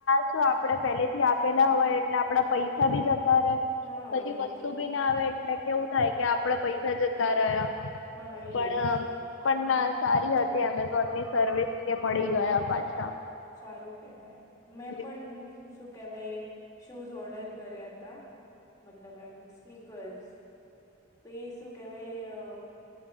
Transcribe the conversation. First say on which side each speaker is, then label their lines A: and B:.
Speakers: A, on the left; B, on the left.
A: શું આપે પેલે થી આપેલા હોય એટલે આપડા પૈસા બી જતા રહે
B: હા
A: પછી
B: એજ
A: વસ્તુ બી ના આવે એટલે કેવું થાય કે આપડા પૈસા જતા રહ્યા
B: હા એજ
A: પણ પણ ના સારી હતી એમેઝોન ની સર્વિસ કે મળી ગયા પાછા
B: સારું કેહેવાય મેં
A: હલો
B: પણ શું કે ભાઈ શૂઝ ઓર્ડર કર્યા હતા મતલબ એમ સ્નીકર્સ <inaudible> તો એ શું કહેવાય